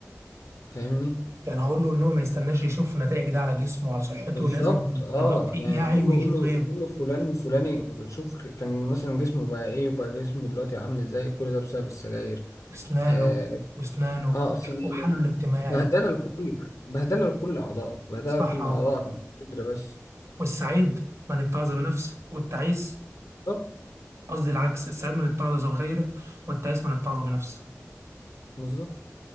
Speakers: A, on the left; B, on the right.
A: فاهمني
B: يعني هقول له ان هو ما يستناش يشوف نتائج ده على جسمه وعلى صحته
A: بالظبط
B: لازم
A: اه
B: دلوقتي
A: يعني
B: يعي
A: قول
B: ويشوف
A: له قول له
B: غيره
A: قول له فلان الفلاني شوف كان مثلا جسمه بقى ايه وبقى جسمه دلوقتي عامل ازاي كل ده بسبب السجاير
B: وأسنانه
A: اه,
B: وأسنانه
A: آه سنانه
B: وحاله الاجتماعي
A: بهدله لكل بهدله لكل اعضائك بهدله
B: صح
A: لكل
B: والله
A: اعضائك مش قدر بس
B: والسعيد من اتعظ بنفسه والتعيس
A: بالظبط
B: قصدي العكس السعيد من اتعظ بغيره والتعيس من اتعظ بنفسه
A: بالظبط